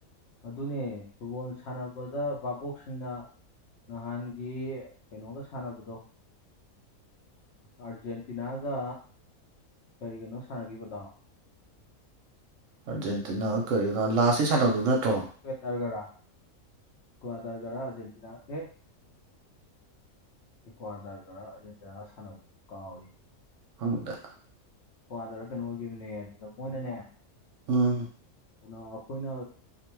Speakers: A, on the left; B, on the right.
A: ꯑꯗꯨꯅꯦ ꯐꯨꯠꯕꯣꯜ ꯁꯥꯟꯅꯕꯗ ꯚꯥꯕꯣꯛꯁꯤꯡꯅ ꯅꯍꯥꯟꯒꯤ ꯀꯩꯅꯣꯒ ꯁꯥꯟꯅꯕꯗꯣ ꯑꯥꯔꯖꯦꯟꯇꯤꯅꯥꯒ ꯀꯔꯤ ꯀꯅꯣ ꯁꯥꯟꯅꯈꯤꯕꯗꯣ
B: ꯑꯥꯔꯖꯦꯟꯇꯤꯅꯥ ꯀꯔꯤꯒꯤꯅꯣ ꯂꯥꯁꯁꯤ ꯁꯥꯟꯅꯕꯗꯨ ꯅꯠꯇ꯭ꯔꯣ
A: ꯋꯦꯔꯒꯔꯥ ꯭ꯋꯥꯗꯔꯒꯔꯥ ꯑꯔꯖꯦꯟꯇꯤꯅꯥ ꯑꯦ ꯏꯀ꯭ꯋꯥꯗꯥꯔꯒꯔ ꯑꯔꯖꯦꯟꯇꯤꯅꯥꯒ ꯁꯥꯟꯅꯕꯗꯨꯕꯨ ꯀꯥꯎꯔꯤꯅꯤ
B: ꯍꯪꯗ
A: ꯀꯗꯔ ꯀꯩꯅꯣ ꯑꯣꯏꯈꯤꯕꯅꯦ ꯑꯗꯨꯗ ꯃꯣꯏꯅꯅꯦ
B: ꯎꯝ
A: ꯀꯩꯅꯣ ꯑꯩꯈꯣꯏꯅ